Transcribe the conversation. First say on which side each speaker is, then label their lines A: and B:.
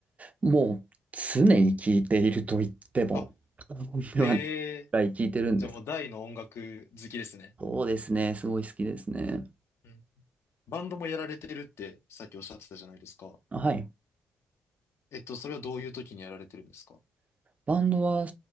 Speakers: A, on the right; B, on the left.
A: もう、常に聴いていると言っても、
B: あ、
A: <laughs> 過言ではないくらい聴いてるんです。
B: ええじゃあもう大の音楽好きですね。
A: そうですね。すごい好きですね。
B: うん。バンドもやられてるってさっきおっしゃってたじゃないですか。
A: はい。
B: えっと、それはどういう時にやられてるんですか
A: バンドは、